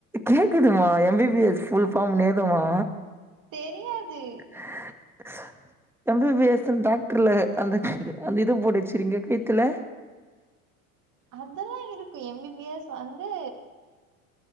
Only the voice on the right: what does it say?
தெரியாது
அதெல்லாம் இருக்கும் எம் பி பி எஸ் வந்து